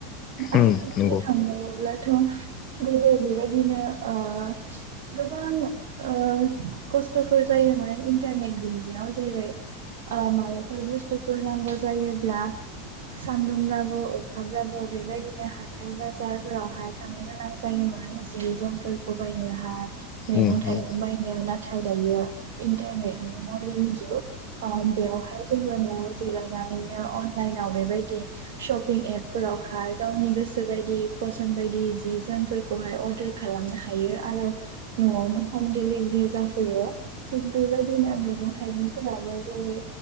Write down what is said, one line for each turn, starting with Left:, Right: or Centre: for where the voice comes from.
Right: आरो
Left: उम
Right: बुंनो
Left: नंगौ
Right: थाङोब्लाथ' गोदो बेबायदिनो ओ गोबां ओ खस्थ'फोर जायोमोन इन्टारनेट गोयियाव जेरै ओ माबाफोर बुस्थुफोर नांगौ जायोब्ला सानदुंब्लाबो अखाब्लाबो बेबायदिनो हाथाय बाजारफोरावहाय थांनो गोनां जायोमोन जि जोमफोरखौ बायनोहाय मैगं
Left: उम
Right: थाइगं
Left: उम
Right: बायनो नाथाय दायो इन्टारनेटनि मदेल जुग ओ बेयावहाय जोङो न'आव जिरायनानैनो अनलाइनाव बेबायदि शपिं एपफोराव हाय गावनि गोसो बायदि फसन बायदि जि जोमफोरखौहाय अर्डार खालामनो हायो आरो न'आवनो हम दिलिभारि जाफैयो थिग बेबायदिनो मैगं थाइगंफोराबो जे रै